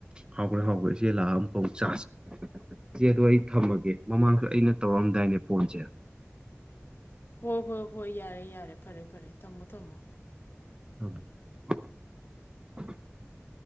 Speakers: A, on the right; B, on the left.
A: ꯍꯥꯎꯈ꯭ꯔꯦ ꯍꯥꯎꯈ꯭ꯔꯦ ꯏꯆꯦ ꯂꯥꯛꯑ ꯑꯃꯀꯥꯎ ꯆꯥꯥꯁ ꯏꯆꯦꯗꯣ ꯑꯩ ꯊꯝꯃꯒꯦ ꯃꯃꯥꯡꯁꯨ ꯑꯩꯅ ꯇꯧꯔꯑꯝꯗꯥꯏꯅꯦ ꯐꯣꯟꯁꯦ
B: ꯍꯣꯏ ꯍꯣꯏ ꯍꯣꯏ ꯌꯥꯔꯦ ꯌꯥꯔꯦ ꯐꯔꯦ ꯐꯔꯦ ꯊꯝꯃꯣ ꯊꯝꯃꯣ
A: ꯑ